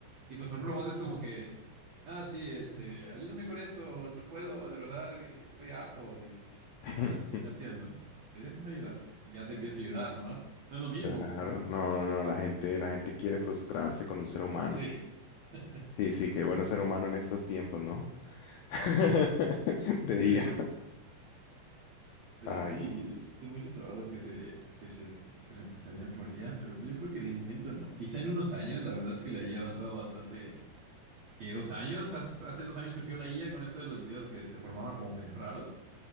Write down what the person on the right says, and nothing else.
Y pues un robot es como que, ah, sí, este, ayúdame con esto, no puedo, de verdad, que estoy harto. Y es como
que, ah, sí, lo entiendo, eh, déjame ayudarte. Y ya te empieza a ayudar, ¿no? No es lo mismo.
Sí. <laughs>
Sí, sí.
<laughs> Sí,
pero
sí,
es- son muchos trabajos que se, que se, este, que se reemplazarían por IA, pero pues yo creo que de momento no. Quizá en unos años, la verdad es que la IA ha avanzado bastante en, ¿en qué, dos años? Hace, hace dos años surgió la IA con esto de los videos que se formaba como medio raros.